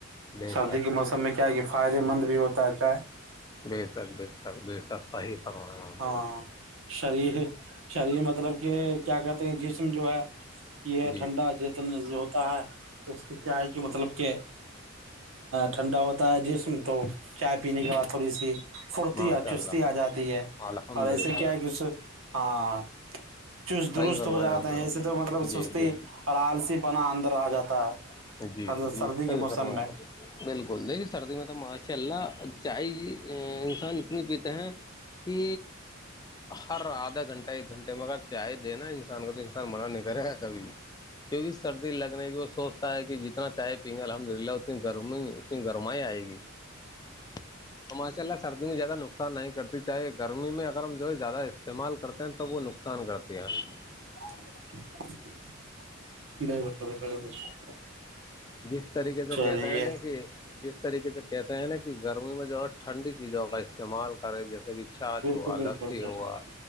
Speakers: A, on the left; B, on the right.
A: بے
B: سردی
A: شک
B: کے موسم میں کیا ہے کہ فائدے مند بھی ہوتا ہےتا
A: بے تک بے تک بے تک صحیح کروے
B: ہاں شریر شریر مطلب کہ کیا کہتے ہیں جسم جو ہے یہ
A: جی
B: ٹھنڈا جتن جو ہوتا ہے اس کے کیا ہے کہ مطلب کہ ٹھنڈا ہوتا ہے جسم تو چائے پینے کے بعد تھوڑی سی پھرتی
A: ماشاء
B: اور چستی
A: اللہ
B: آ جاتی ہے
A: الحمد
B: اور ایسے
A: للہ
B: کیا ہے کہ ہاں چست
A: صحیح
B: درست
A: فرمایا
B: ہو جاتے
A: آپ
B: ہیں
A: نے
B: ایسے تو مطلب
A: جی
B: سستی
A: جی
B: اور آلسی پنا اندر آ جاتا ہے
A: جی
B: ہر
A: جی
B: سردی
A: صحیح
B: کے موسم
A: فرمایا
B: میں
A: بالکل دیکھیے سردی میں تو ماشاء اللہ چائے انسان اتنی پیت‌ ہیں کہ ہر آدھا گھنٹہ ھٹ ایک گھنٹے میں اگر چائے دینا انسان کو تو انسان منع نہیں کرے گا کبھی کی بھی سردی لگنے کی وہ سوچ تا ہے کہ جتنا چائے پییں گے الحمد للہ اتنی گرمی اتنی گرمائی آئے گی <inaudible> تو ماشا اللہ سردی میں زیادہ نقص نہیں کرتی چاہے گرمی میں اگر ہم جو ہے زیادہ استعمال کرتے ہیں تو وہ نقصان <unintelligible>
B: <unintelligible>
A: جس طریقے سے
B: چلیے
A: کہتے ہیں نا کہ جس طریقے سے کہتے ہیں نا کہ گرمی میں جو ہے ٹھنڈی چیزوں کا استعمال کریں جیسے کہ چاچھ
B: بالکل
A: ہوا
B: بالکل
A: لسی
B: صحیح
A: ہوا
B: بات